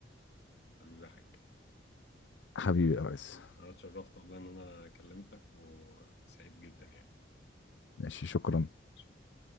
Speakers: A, on the left; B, on the left.
A: حبيبي يا حاج
B: حبيبي يا ريس
A: انا اتشرفت والله ان انا كلمتك وسعيد جدا يعني
B: ماشي شكرا
A: شكرا